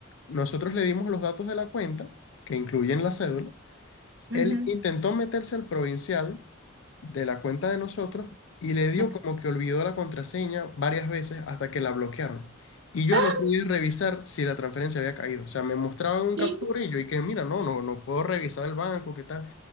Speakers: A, on the left; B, on the right.
A: Nosotros le dimos los datos de la cuenta, que incluyen la cédula,
B: ujú,
A: él intentó meterse al provincial de la cuenta de nosotros y le dio
B: ok.
A: como que olvidó la contraseña varias veces hasta que la bloquearon. Y yo
B: <gasps> ¡Ah!
A: no pude revisar si la transferencia había caído. O sea, me mostraban un
B: ¡Qué
A: captura y yo dije, mira, no, no, no puedo revisar el banco, ¿qué tal?